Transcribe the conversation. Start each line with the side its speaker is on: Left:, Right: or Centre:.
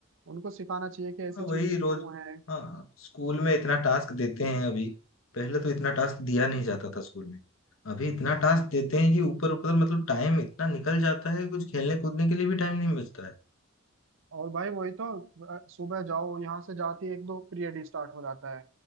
Right: उनको सिखाना चाहिए कि ऐसी
Left: हाँ
Right: चीजें
Left: वही रोज
Right: क्यों है
Left: हाँ स्कूल में इतना टास्क देते हैं अभी पहले तो इतना टास्क दिया नहीं जाता था स्कूल में अभी इतना टास्क देते हैं कि ऊपर ऊपर मतलब टाइम इतना निकल जाता है कुछ खेलने कूदने के लिए भी टाइम नहीं बचता है
Right: और भाई वही तो अ, सुबह जाओ यहाँ से जाते ही एक दो पीरियड ही स्टार्ट हो जाता है